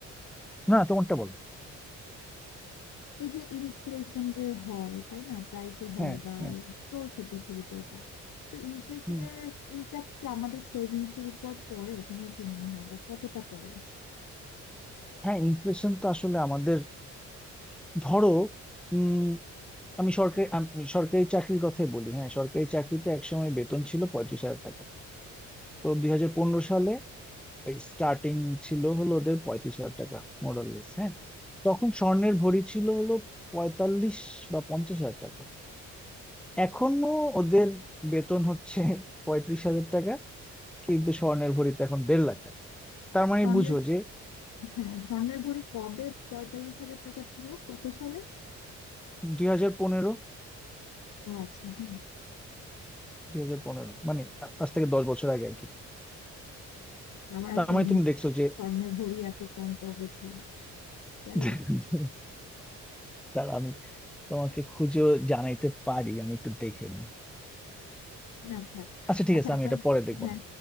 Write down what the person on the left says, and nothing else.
এই যে ইনফ্লেশন যে হয় তাই না প্রায় তো হয়
বা
চলছে পৃথিবীতে এটা তো ইনফ্লেশনের
ইম্প্যাক্ট কি আমাদের সেভিংস এর উপর পড়ে তোমার কি মনে হয় বা কতটা পড়ে
স্বর্ণের
হ্যাঁ স্বর্ণের ভরি কবে পঁয়তাল্লিশ হাজার টাকা ছিল কত সালে
ও আচ্ছা হ্যাঁ
আমার
আসলে
মনে
নেই
স্বর্ণের ভরি এত কম কবে ছিল যাই
হোক,
না থাক
আচ্ছা
আমরা
হ্যাঁ